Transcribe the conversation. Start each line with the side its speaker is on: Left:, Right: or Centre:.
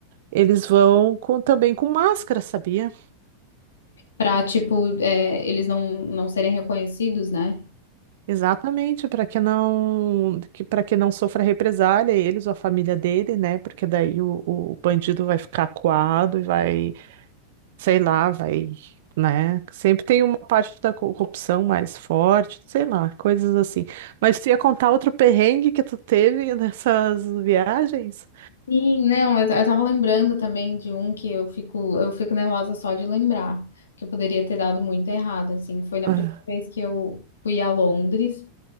Right: Eles vão com, também com máscara, sabia?
Left: Pra, tipo, é, eles não, não serem reconhecidos, né?
Right: Exatamente, para que não que, para que não sofra represália, eles ou a família dele, né? Porque daí o, o bandido vai ficar acuado e vai, sei lá, vai, né? Sempre tem uma parte da corrupção mais forte, sei lá, coisas assim. Mas tu ia contar outro perrengue que tu teve nessas viagens?
Left: Sim, não, eu, eu tava lembrando também de um que eu fico, eu fico nervosa só de lembrar, que eu poderia ter dado muito errado, assim. Foi na
Right: Ah.
Left: primeira vez que eu fui a Londres.